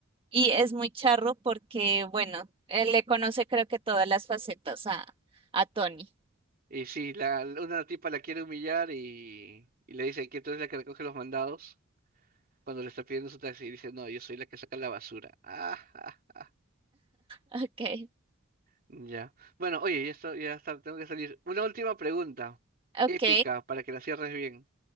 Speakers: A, on the right; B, on the right.
A: y es muy charro porque, bueno, él le conoce creo que todas las facetas a, a Tony. <laughs>
B: Y sí, la, una tipa la quiere humillar y, y le dice que tú eres la que recoge los mandados cuando le está pidiendo su taxi. Y dice, no, yo soy la que saca la basura. <laughs> Ah, ja, ja.
A: Ok,
B: ya. Bueno, oye, ya está, ya está, tengo que salir. Una última pregunta,
A: ok,
B: épica, para que la cierres bien.